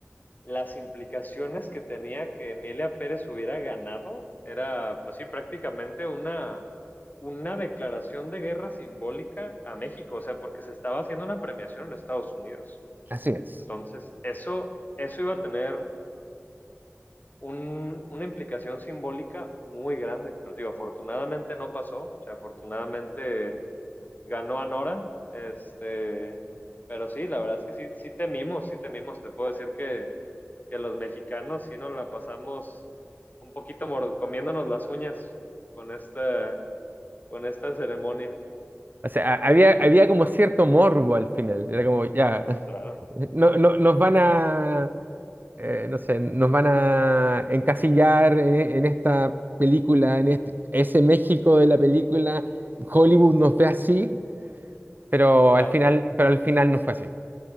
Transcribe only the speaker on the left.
las implicaciones que tenía que Emilia Pérez hubiera ganado era, pues sí, prácticamente una, una declaración de guerra simbólica a México, o sea, porque se estaba haciendo una premiación en Estados Unidos.
Entonces, eso, eso iba a tener un- una implicación simbólica muy grande, pero digo, afortunadamente no pasó, o sea, afortunadamente ganó Anora, este, pero sí, la verdad es que sí, sí temimos, sí temimos, te puedo decir que, que los mexicanos sí nos la pasamos un poquito mor- comiéndonos las uñas con esta, con esta ceremonia.
Sí, claro,
claro.